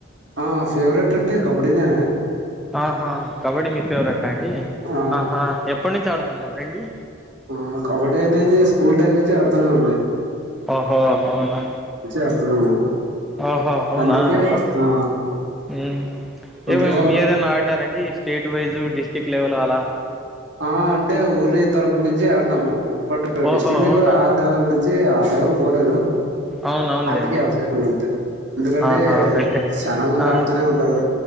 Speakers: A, on the right; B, in the centre.
A: హా ఫేవరెట్ అంటే కబడ్డీ నే
B: ఆహా కబడ్డీ మీ ఫేవరెట్ అండి,
A: ఆ,
B: ఆహా ఎప్పటి నుంచి ఆడు తొందర రండి
A: ఆ కబడ్డీ అనేది స్కూల్ టైం నుంచే ఆడుత్ ఆ అండి
B: ఓహో అవునా
A: ఆడుతున్నాను
B: ఓహో అవునా
A: అందుకే
B: హ్
A: ఆ,
B: మ్మ్
A: అంతేకాకుండా
B: ఏ ఏదైనా ఆడినారా అండి state wise district level అల
A: ఆ అంటే ఊరిని తరపు నుంచి ఆడినాము. బట్
B: ఓహో
A: డిస్టిక్ లెవల్
B: అవునా
A: ఆ లెవెల్ నుంచి ఎవరు పోలేదు.
B: అవునవునులేండి
A: ఆటికే అవకాశం ఉంటది ఎందుకంటే
B: ఆహా అయితే
A: చానా మంది
B: ఆ
A: ఆడుతూనే ఉంటరు.